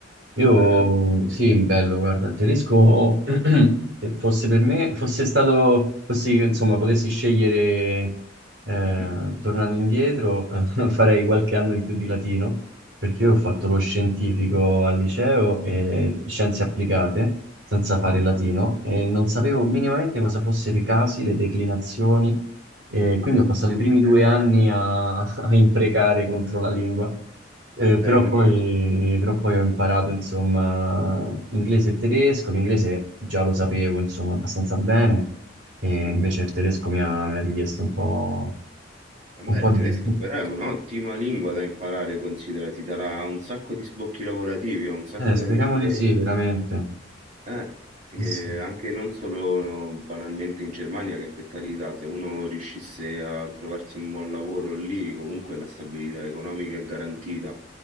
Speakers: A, on the right (about 75°); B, on the right (about 40°).
A: Io
B: Bello.
A: sì, bello, guarda, il tedesco, <clears throat> se fosse per me, fosse stato, fossi, insomma, potessi scegliere, eh,
B: Mhm.
A: tornando indietro, <laughs> eh, farei qualche anno in più di latino, perché io ho fatto
B: Ok.
A: lo scientifico al liceo e scienze applicate, senza fare
B: Mhm.
A: latino, e non sapevo minimamente cosa fossero i casi, le declinazioni, e quindi
B: Ah,
A: ho passato
B: ok.
A: i primi due anni a, <laughs> a imprecare contro la lingua. Eh,
B: E
A: però
B: beh, immagino.
A: poi, però poi ho imparato, insomma, inglese e tedesco. L'inglese già lo sapevo, insomma, abbastanza bene, e
B: Mhm.
A: invece il tedesco mi ha, mi ha richiesto un po',
B: Eh
A: un
B: Beh,
A: po'
B: il
A: di...
B: tedesco però è un'ottima lingua da imparare, considera, ti darà un sacco di sbocchi lavorativi, ho un sacco
A: Eh, speriamo
B: di amici miei.
A: di sì, veramente.
B: Eh, eh,
A: Sì, sì.
B: anche non solo eh, banalmente in Germania, che per carità, se uno riuscisse a trovarsi un buon lavoro lì, comunque la stabilità economica è garantita